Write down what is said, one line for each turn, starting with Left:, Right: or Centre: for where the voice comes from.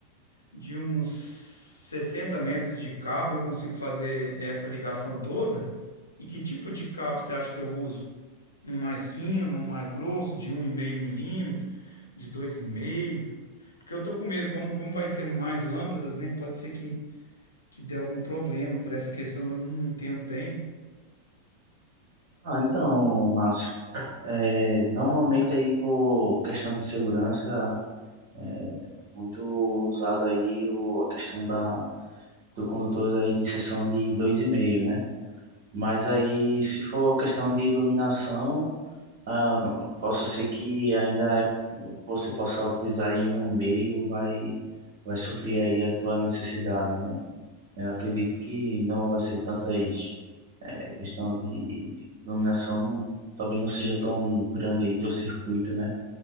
Left: de uns 60 metros de cabo eu consigo fazer essa ligação toda? E que tipo de cabo você acha que eu uso? Um mais fino, um mais grosso, de um 1,5 milímetro, de 2,5? Porque eu tô com medo, como, como vai ser mais lâmpadas, né? Pode ser que que dê algum problema por essa questão, eu não entendo bem.
Right: Ah, então, Márcio, eh, normalmente aí por questão de segurança É Muito usado aí o, a questão da, do condutor aí de seção de dois e meio né? Mas aí, se for questão de iluminação, ah, possa ser que ainda é- você possa utilizar aí um e meio vai, vai suprir aí a tua necessidade, né? Eu acredito que não vai ser tantas, eh, questão de iluminação, não, talvez não seja tão grande aí teu circuito, né?